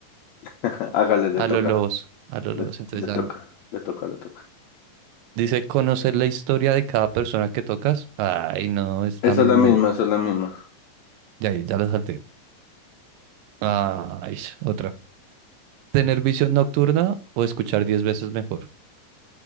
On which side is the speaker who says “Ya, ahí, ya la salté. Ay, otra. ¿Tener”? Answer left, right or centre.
Right